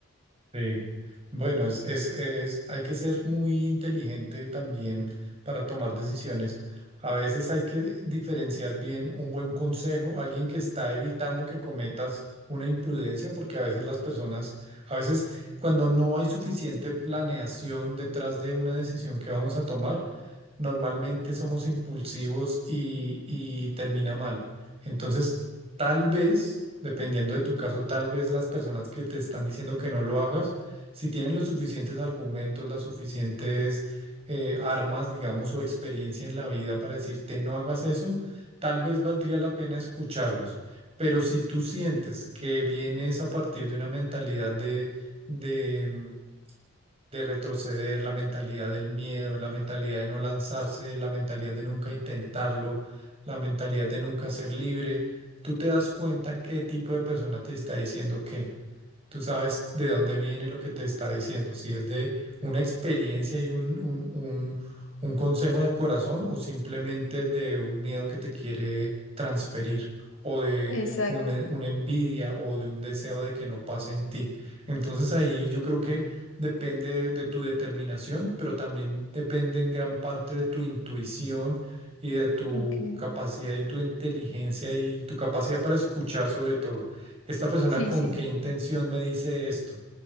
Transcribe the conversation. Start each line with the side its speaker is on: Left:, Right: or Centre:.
Right: Sí, bueno, es, es, es- hay que ser muy inteligente también para tomar decisiones. A veces hay que diferenciar bien un buen consejo, alguien que está evitando que cometas una imprudencia, porque a veces las personas, a veces cuando no hay suficiente planeación detrás de una decisión que vamos a tomar, normalmente somos impulsivos y, y termina mal. Entonces, tal vez, dependiendo de tu caso, tal vez las personas que te están diciendo que no lo hagas, si tienen los suficientes argumentos, las suficientes eh, armas, digamos, o experiencia en la vida para decirte no hagas eso, tal vez valdría la pena escucharlos. Pero si tú sientes que vienes a partir de una mentalidad de, de de retroceder, la mentalidad del miedo, la mentalidad de no lanzarse, la mentalidad de nunca intentarlo, la mentalidad de nunca ser libre. Tú te das cuenta qué tipo de persona te está diciendo qué tú sabes de dónde viene lo que te está diciendo, si es de una experiencia y un, un, un- un consejo de corazón o simplemente de un miedo que te quiere transferir o de
Left: Exacto,
Right: un e- una envidia o de un deseo de que no pase en ti. Entonces ahí yo creo que depende de tu determinación, pero también depende en gran parte de tu intuición y de tu
Left: ok.
Right: capacidad y tu inteligencia y tu capacidad para escuchar sobre todo esta persona
Left: Sí,
Right: con
Left: sí,
Right: qué intención me dice esto.